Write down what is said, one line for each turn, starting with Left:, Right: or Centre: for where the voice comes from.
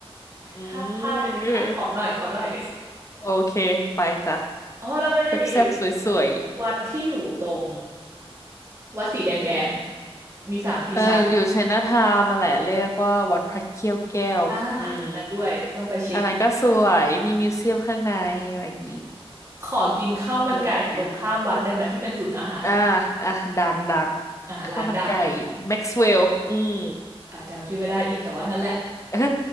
Left: อืมโอเค
Right: ถ้าพลาดเด็ดขาดขอหน่อยขอหน่อย
Left: โอเคไปจ้ะ
Right: <laughs> อ๋อแล้วมันจะมี
Left: แซ่บแซบสวยสวย
Right: วัดที่อยู่ตรงวัดสีแดงแดงมีสามสี่ชั้น
Left: ๆเอออยู่ไชน่าทาวน์นั่นแหละเรียกว่าวัดพระเขี้ยวแก้วอืม
Right: อ่าอันนั้นด้วยต้องไปเช็คอิน
Left: อันนั้นก็สวยมีมิวเซียมข้างในอะไรอย่างงี้
Right: ขอกินข้าวมันไก่ตรงข้ามวัดได้ไหมที่เป็นศูนย์อาหารอ่ะ
Left: สวยอ่าอ่ะดังดัง
Right: อ่าร้านดัง
Left: ข้าวมันไก่แม็กซ์เวลอืม
Right: อ่าจำชื่อไม่ได้อีกแต่ว่านั่นแหละ
Left: <laughs>